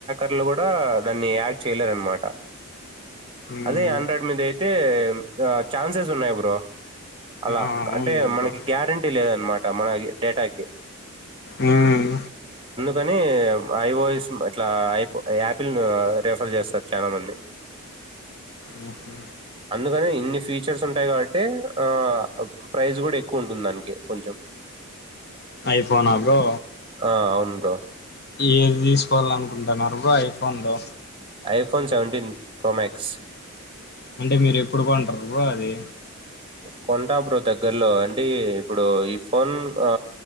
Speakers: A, on the right; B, on the left.
A: పిల్ల కూడా ద న్ని హాక్ చేయలేదన్నమాట.
B: మ్మ్
A: అదే, ఆండ్రయిడ్ మీద ఐత్ తే ఆ చాన్సెస్ ఉన్నాయి బ్రో. అలా,
B: ఆ అవునులే
A: అంటే మనకి
B: బ్రో
A: గ్యారెంటీ లేదనమాట. మ్మనాకది డేటాకి
B: ఉమ్
A: కనీ ఐవాయిస్ అట్లా, ఐపో ఆపిల్ ఆ రెఫర్ చేస్తరు చానా మంది.
B: ఉ హు
A: అందుకనే ఇన్ని ఫీచర్స్ ఉంటాయి కాబట్టి, ఆ ప్రైస్ కూడ ఎక్కువుంటుంది దానికి కొంచెం.
B: ఐఫోన్ అ బ్రో?
A: ఆ అవును బ్రో
B: ఈ విస్ కోవాలనుకుంటున్నారు బ్రో ఐఫోన్ లో?
A: IPhone seventeen pro max.
B: అంటే, మీరు ఎప్పుడు కొంటరు అది?
A: కొంటా బ్రో దగ్గర్లో, అంటే ఇప్పుడు ఈ ఫోన్ ఆ